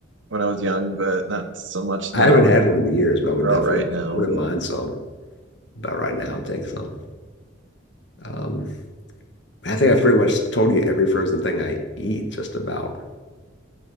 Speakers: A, on the right; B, on the left.
A: when I was young, but not so much
B: I
A: now.
B: haven't had
A: I mean,
B: one in years, but I would
A: they're
B: definitely,
A: all right now,
B: I wouldn't
A: but
B: mind some. But right now, I'll take some. Um, I think I've pretty much told you every frozen thing I eat, just about.